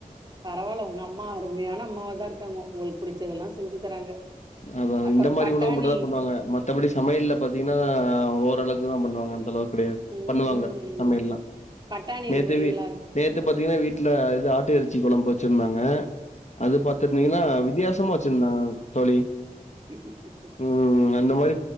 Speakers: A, on the right; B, on the left.
A: பரவாயில்ல உங்கஅம்மா அருமையான அம்மாவாதா இருக்காங்க உங்களுக்கு புடிச்சதல்லா செஞ்சு தராங்க
B: அத
A: அப்பறோ
B: இந்த மாரி
A: பட்டாணி
B: உணவு மட்டு தா பண்ணுவாங்க மத்தபடி சமையல் பாத்தீங்கன்னா ஓரளவுக்குதா பண்ணுவாங்க அந்தளவு கெடயது
A: ம்
B: பண்ணுவாங்க சமயல்லா
A: பட்டாணி இருக்கு
B: நேத்து
A: பாத்தீங்களா
B: வி நேத்து பத்திங்கன்னா வீ ட்ல இது ஆட்டு எறச்சி கொளம்பு வச்சுறுந்தாங்க அது பாத்துருந்திங்கன்னா வித்தியாசமா வச்சிருந்தாங்க தோழி
A: <unintelligible>
B: ம் அந்த மாரி